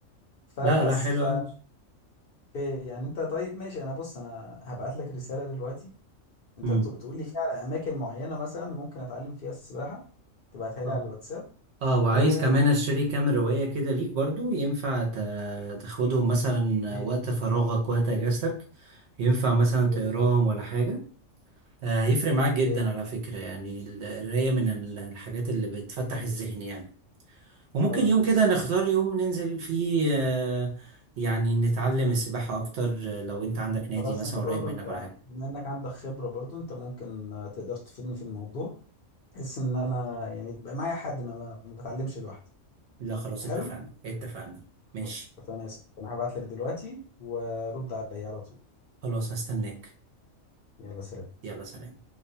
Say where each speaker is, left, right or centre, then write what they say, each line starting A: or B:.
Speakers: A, on the left; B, on the right.
A: فبس
B: لا لا حلو
A: ف
B: قوي
A: أوكي، يعني انت طيب ماشي انا بص انا هبعت لك رسالة دلوقتي انت
B: امم
A: تق- تقول لي فيها على اماكن معينة مثلا ممكن اتعلم فيها السباحة تبعتها لي
B: اه
A: على الواتساب
B: اه وعايز
A: و يا
B: كمان اشتري كام روايه كده ليك برضو ينفع ت... تاخدهم مثلا
A: ريت
B: وقت فراغك وقت
A: يا
B: اجازتك
A: ريت
B: ينفع مثلا
A: يا
B: تقراهم
A: ريت.
B: ولا حاجه آه هيفرق معاك جدا
A: اوكي
B: على فكره يعني القرايه من ال- الحاجات اللي بتفتح الذهن يعني وممكن
A: خلاص
B: يوم
A: بص
B: كده نختار يوم ننزل فيه آه، يعني نتعلم السباحة أكتر آه، لو أنت عندك نادي
A: خلاص
B: مثلا
A: انت برضو
B: قريب منك
A: انت
B: ولا حاجة
A: بما انك عندك خبرة برضو انت ممكن آه، تقدر تفيدني في الموضوع بحيث ان انا يعني يبقى معايا حد ما, ما ما بتعلمش لوحدي
B: لا خلاص
A: حلو
B: اتفقنا اتفقنا
A: خلاص،
B: ماشي
A: اتفقنا يا سيدي. انا هبعت لك دلوقتي ورد عليا على طول
B: خلاص هستناك
A: يلا سلام
B: يلا سلام